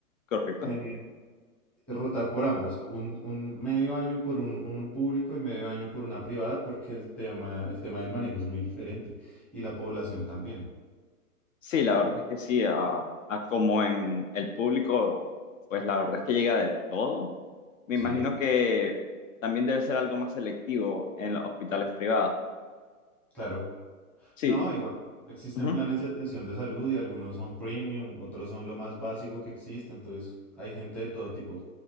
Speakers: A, on the left; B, in the centre.
A: ¿correcto?
B: Eh, rotar por ambos, un, un medio año por un, un público y medio año por una privada porque el tema, el tema del manejo es muy diferente y la población también.
A: Sí, la verdad es que sí, a, a como en el público, pues la verdad es que llega de todo. Me
B: Sí,
A: imagino que también debe ser algo más selectivo en los hospitales privados.
B: claro.
A: Sí,
B: No, igual. Existen
A: ujú,
B: planes de atención de salud y algunos son premium, otros son lo más básico que existe, entonces hay gente de todo tipo.